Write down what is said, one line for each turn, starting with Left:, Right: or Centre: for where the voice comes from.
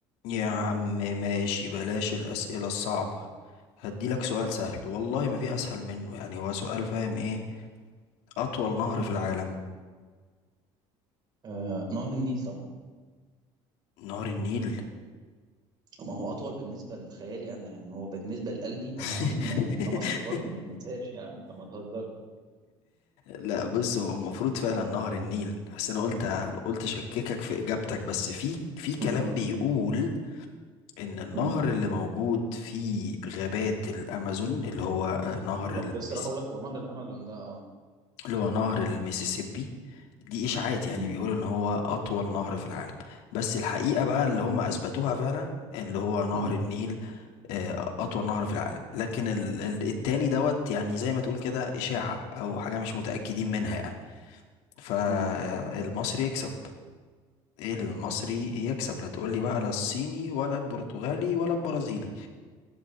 Left: يا عم ماشي بلاش الأسئلة الصعبة هديلك سؤال سهل والله ما في أسهل منه يعني هو سؤال فاهم إيه أطول نهر في العالم
Right: آه، نهر النيل طبعا
Left: نهر النيل
Right: ما هو اطول بالنسبه لخيالي انا يعني هو بالنسبه لقلبي
Left: <laughs>
Right: انا اكيد ما انا مصري برضو ما تنساش يعني فما تهزرش
Left: لا بص هو المفروض فعلا نهر النيل بس أنا قلت قلت أشككك في إجابتك بس في في
Right: مم.
Left: كلام بيقول إن النهر
Right: مم.
Left: اللي موجود في غابات الأمازون اللي هو آه، نهر
Right: ما
Left: المسيسيبي،
Right: كنت لسه راح اقول لك هو نهر الامازون ده اه
Left: اللي هو نهر الميسيسيبي دي إشاعات يعني
Right: مم.
Left: بيقولوا إن هو أطول نهر في العالم بس الحقيقة بقى اللي هم أثبتوها فعلا اللي هو نهر
Right: مم.
Left: النيل آه، أطول نهر في العالم لكن ال- ال- التاني دوت يعني زي ما تقول كده إشاعة أو حاجة مش متأكدين منها يعني فالمصري
Right: مم.
Left: يكسب إيه المصري يكسب لا تقولي بقى لا الصيني ولا البرتغالي ولا البرازيلي